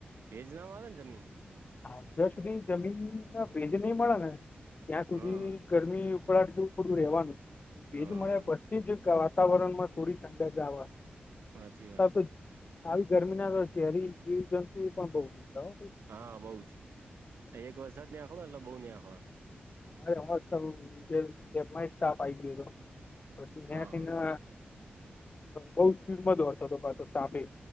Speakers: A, on the right; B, on the left.
A: ભેજ નામ આવે ને, જમીન.
B: હા જ્યાં સુધી જમીન ના ભેજ નહીં મળે ને, ત્યાં સુધી
A: હા
B: ગરમી. ઉકળટ જેવું થોડું રહેવાનું, ભેદ
A: હા
B: મળ્યા પછી જ વાતાવરણ માં. થોડી ઠંડક.
A: સાચી વાત
B: <unintelligible> આવી ગરમી ના તો, જેરી જીવજંતુ પણ બઉ નીકળે હો.
A: હા, બઉ જ. એક વરસાદ આંખવાને, એટલે બઉુ ની આંખવા.
B: મારે હમાં એક સ્ટાફ આ ગયો હતો <unintelligible> પછી યાથીને,
A: હા
B: બહુ સ્પિડમાં દોડતો, તો પાછો સાપે.